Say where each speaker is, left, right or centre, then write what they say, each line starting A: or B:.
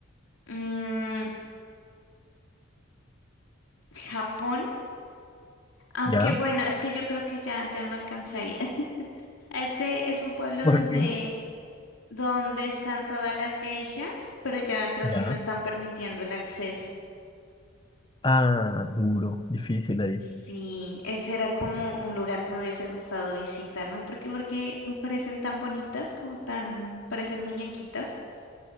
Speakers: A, on the left; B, on the left.
A: Mm, Japón, aunque
B: Ya,
A: bueno, es que yo creo que ya, ya no alcanza a ir. <laughs> Este es un pueblo
B: Porque,
A: donde donde están todas las geishas, pero ya creo que
B: ya.
A: no están permitiendo el acceso.
B: Ah, duro, difícil ahí.
A: Sí, ese era como un lugar que me hubiese gustado visitarme, porque porque me parecen tan bonitas, como tan, parecen muñequitas,